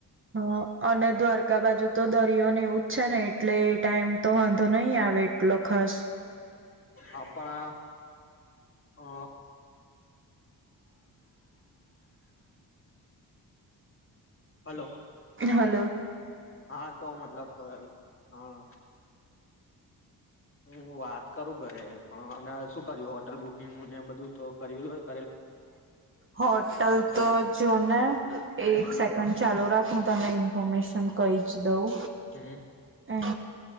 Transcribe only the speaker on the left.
આપણા અ હલો
હા, તો મતલબ હા હમ્મ વાત કરું ઘરે, પણ અને શું કર્યું હોટલ બુકિંગ ને બધું તો કર્યું
નક્કી
હમ